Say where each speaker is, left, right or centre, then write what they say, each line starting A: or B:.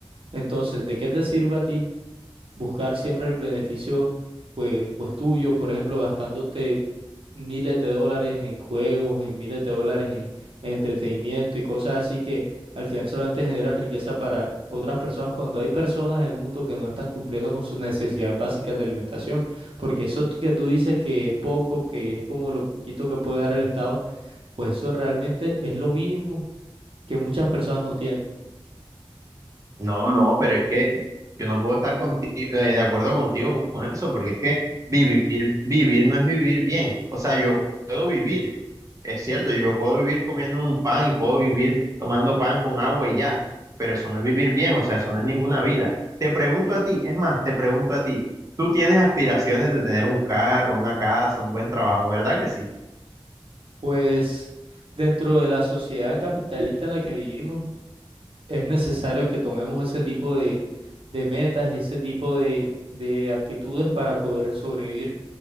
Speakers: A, on the right; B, on the right.
A: Entonces, ¿de qué te sirve a ti? buscar siempre el beneficio pues, pues tuyo, por ejemplo, gastándote miles de dólares en juegos, en miles de dólares en, en entretenimiento y cosas así que al final solamente generan riqueza para otras personas cuando hay personas en el mundo que no están cumpliendo con sus necesidades básicas de alimentación, porque eso que tú dices que es poco, que es como lo poquito que puede dar el Estado, pues eso realmente es lo mínimo que muchas personas no tienen.
B: No, no, pero es que yo no puedo estar contigo, eh, de acuerdo contigo con eso, porque es que vivir, vivir no es vivir bien. O sea, yo puedo vivir, Es cierto, yo puedo vivir comiendo un pan y puedo vivir tomando pan con agua y ya, pero eso no es vivir bien, o sea, eso no es ninguna vida. Te pregunto a ti, es más, te pregunto a ti, tú tienes aspiraciones de tener un carro, una casa, un buen trabajo, ¿verdad que sí?
A: Pues dentro de la sociedad capitalista en la que vivimos, es necesario que tomemos ese tipo de, de metas y ese tipo de, de actitudes para poder sobrevivir,